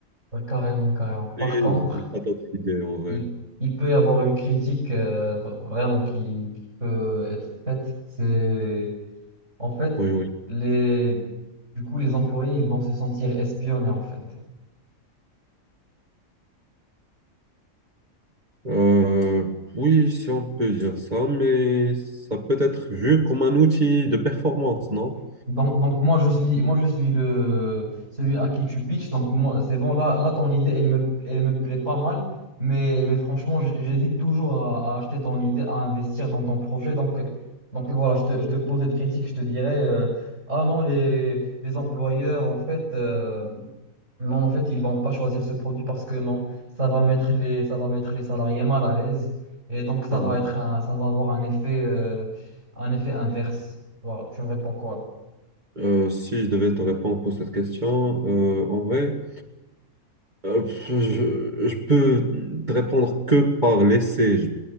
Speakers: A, on the right; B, on the right.
A: ouais, carrément, carrément. Par
B: Et
A: contre,
B: j'ai pas d'autres idées en vrai.
A: il, il peut y avoir une critique euh, v- vraiment qui, qui peut être faite. C'est En fait,
B: Oui, oui.
A: les, du coup, les employés, ils vont se sentir espionnés, en fait.
B: Euh, oui, si on peut dire ça, mais ça peut être vu comme un outil de performance, non?
A: Donc, donc moi, je suis, moi, je suis le, celui à qui tu pitches. Donc, moi, c'est bon, là, là, ton idée, elle me, elle me plaît pas mal. Mais, mais franchement, j- j'hésite toujours à, à acheter ton idée, à investir dans ton projet. Donc, donc voilà, je te, je te pose cette critique, je te dirais, euh, ah non, les, les employeurs, en fait, euh, Non, en fait, ils vont pas choisir ce produit parce que non, ça va mettre les, ça va mettre les salariés mal à l'aise et donc ça
B: Euh,
A: va être un- ça va avoir un effet, euh, un effet inverse. Voilà, tu me réponds quoi?
B: euh, si je devais te répondre pour cette question, euh, en vrai, euh, je, je peux te répondre que par l'essai. Je-